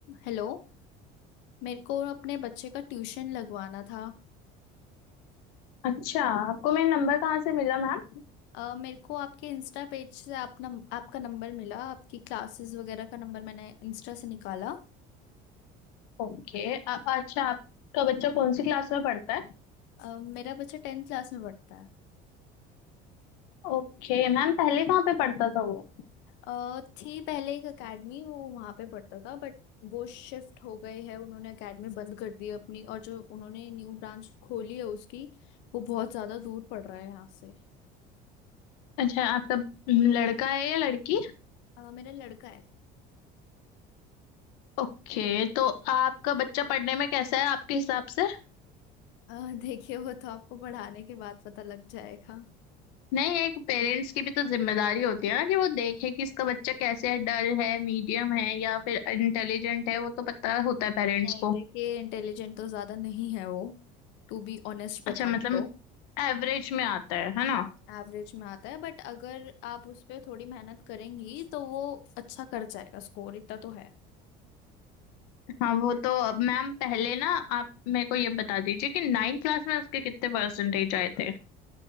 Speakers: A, on the left; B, on the left.
A: Hello मेरे को अपने बच्चे का ट्यूशन लगवाना था
B: अच्छा आपको मेरा नंबर कहाँ से मिला मैम
A: अ, मेरे को आपके इंस्टा पेज से आप नम, आपका नंबर मिला आपकी क्लासेस वगैरह का नंबर मैंने इंस्टा से निकाला
B: ओके अ- अच्छा आपका बच्चा कौन सी क्लास में पढ़ता है
A: अ, मेरा बच्चा टेंथ क्लास में पढ़ता है
B: ओके मैम पहले कहाँ पे पढ़ता था वो
A: अ, थी पहले एक अकेडमी वो वहाँ पे पढ़ता था बट वो शिफ्ट हो गए है उन्होंने अकेडमी बंद कर दी है अपनी और जो उन्होंने न्यू ब्रांच खोली है उसकी वो बहुत ज़्यादा दूर पड़ रहा है यहाँ से
B: अच्छा आपका हम्म, लड़का है या लड़की
A: अ, मेरा लड़का है अ,
B: ओके तो आपका बच्चा पढ़ने में कैसा है आपके हिसाब से
A: <laughs> देखिए वो तो आपको पढ़ाने के बाद पता लग जाएगा
B: नहीं एक पेरेंट्स की भी तो जिम्मेदारी होती है ना कि वो देखे कि इसका बच्चा कैसे है डल है मीडियम है या फिर इंटेलिजेंट है वो तो पता होता है पेरेंट्स
A: नहीं
B: को
A: देखिए इंटेलिजेंट तो ज्यादा नहीं है वो टू बी ऑनेस्ट बताऊं
B: अच्छा मतलब
A: तो
B: एवरेज में आता है है
A: हाँ
B: ना
A: एवरेज में आता है बट अगर आप उस पे थोड़ी मेहनत करेंगी तो वो अच्छा कर जाएगा स्कोर इतना तो है
B: हाँ वो तो अब मैम पहले ना आप मेरे को ये बता दीजिए कि नाइन्थ क्लास में उसके कितने परसेंटेज आए थे